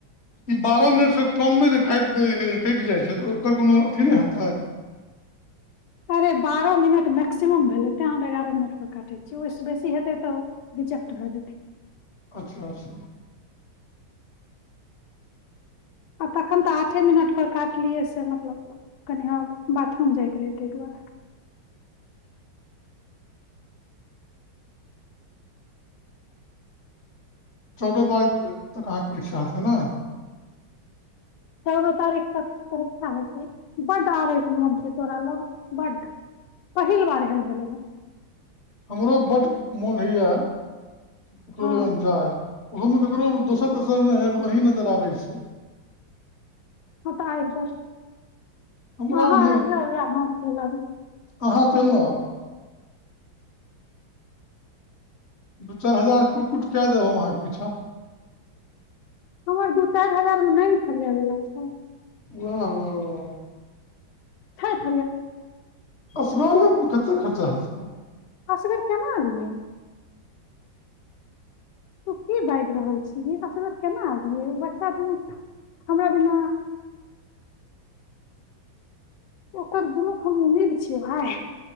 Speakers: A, on the left; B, on the left.
A: ई बारह मिनट सँ कम मे जे कायट दै ए कटि जाइ छै तऽ ओकर कोनो अथी नय हेतै
B: <unintelligible> अरे बारह मिनट मैक्सिमम भेलै तैं हम एगारह मिनट पर काटै छियै ओहिस बेसी हेतै तऽ रिजेक्ट भए जेत
A: अच्छा अच्छा
B: आ तखन तऽ आठे मिनट पर काटलियै से मतलब कनिआ बाथरूम जायके रहै ताहि दुआरे <unintelligible>
A: चौदह तारीख तक अहाँके परीक्षा हेतै ने
B: चौदह तारीख तक परीक्षा होते बड्ड आबै केै मौन छै तोरा लग बड्ड पहिल बार एहन भेलै हन
A: हमरो बड मोन होइया ककरो
B: हँ
A: लगन जाय ओहोमे ककरो दोसर तेसर नहि एगो अहीं नजर आबै छै
B: ओ तऽ आ सर
A: हमरा
B: अहाँ
A: नहि
B: आइब जौउ या हम चलि आबि
A: अहाँ चलि ने आउ दू चारि हजार कुक्कुट कए देब हम अहाँके पीछाँ
B: हमर दू चारि हजारमे नहि ने फरियाइवला छै
A: वाह वाह वा
B: कप
A: असगरे कते खर्चा हेतै
B: असगर केना आबेय ऐ तू की बाजि रहल छी ईर केना आबिय ओ बच्चा दू हमरा बिना ओकर दुनूके हम उम्मीद छियै भाय